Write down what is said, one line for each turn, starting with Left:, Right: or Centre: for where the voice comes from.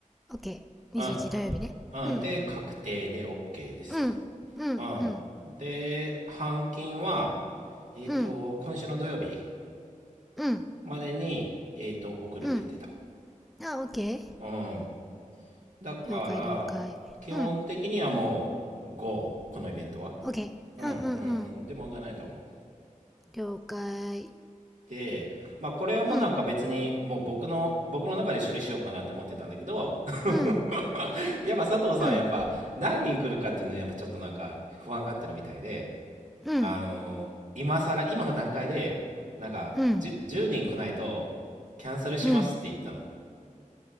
Centre: OK。21土曜日ね。
Right: うんうん、
Centre: うん、
Right: で、確定で OK ですと。
Centre: うん、うん、うん、
Right: うん。で、半金は、えっ、
Centre: うん、
Right: と、今週の土曜日
Centre: うん、
Right: までに、えっ、と、送るって言ってた。
Centre: うん。あ、OK。
Right: うん。だから、
Centre: 了解、了解。
Right: 基本的にはもう
Centre: うん。
Right: GO、このイベントは。
Centre: OK。
Right: うんうんうん。
Centre: うん、うん、うん。
Right: で、問題ないと思う。
Centre: 了解。
Right: で、まあ、これはもうなんか別に、
Centre: うん、
Right: もう僕の、僕の中で処理しようかなって思ってたんだけど、
Centre: うん、
Right: <laughs> やっぱ佐藤さんはやっぱ何人来るかっていうのはやっぱちょっとなんか不安がってるみたいで、
Centre: うん、うん、
Right: あの今更今の段階でなんか
Centre: うん、
Right: 10, 人来ないとキャンセルしますって言ったの
Centre: うん。